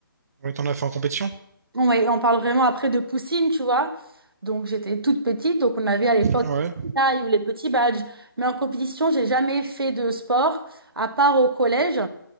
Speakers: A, on the right; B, on the right.
A: Ouais, t'en as fait en compétition?
B: Ouais, on parle vraiment après de poussine, tu vois. Donc j'étais toute petite, donc on avait à l'époque
A: Ouais.
B: les petites tailles ou les petits badges. Mais en compétition, j'ai jamais fait de sport, à part au collège.